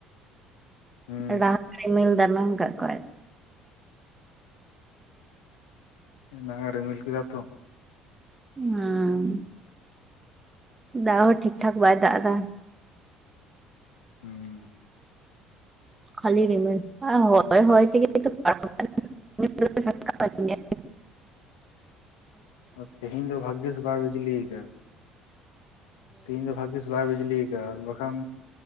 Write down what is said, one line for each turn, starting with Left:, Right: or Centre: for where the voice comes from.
Left: ᱦᱩᱸ
Right: ᱨᱟᱦᱞᱟ ᱨᱤᱢᱤᱞ ᱫᱟᱱᱟᱝ ᱠᱟᱜ ᱠᱚᱣᱟᱭ
Left: ᱮᱱᱟᱝᱮ ᱨᱤᱢᱤᱞ ᱠᱮᱫᱟ ᱛᱚ
Right: ᱦᱮᱸ, ᱫᱟᱜ ᱦᱚᱸ ᱴᱷᱤᱠ ᱴᱷᱟᱠ ᱵᱟᱭ ᱫᱟᱜ ᱮᱫᱟ
Left: ᱦᱩᱸ
Right: ᱠᱷᱟᱞᱤ ᱨᱤᱢᱤᱞ ᱦᱚ ᱦᱚᱭ-ᱦᱚᱭ ᱛᱮᱜᱮ ᱛᱚ ᱯᱟᱨᱚᱢᱚᱜ ᱠᱟᱱᱟ ᱞᱟᱹᱭᱟᱹᱧ ᱥᱚᱴᱠᱟᱴ ᱜᱮᱛᱤᱧᱟᱭ
Left: ᱟᱨ ᱛᱮᱦᱮᱧ ᱫᱚ ᱵᱷᱟᱹᱜᱽᱜᱤᱥ ᱵᱟᱭ ᱵᱤᱡᱽᱞᱤᱭᱟᱠᱟᱫ ᱛᱤᱦᱤᱧ ᱫᱚ ᱵᱷᱟᱜᱽᱜᱤᱥ ᱵᱟᱭ ᱵᱤᱡᱽᱞᱤ ᱟᱠᱟᱫ ᱵᱟᱠᱷᱟᱱ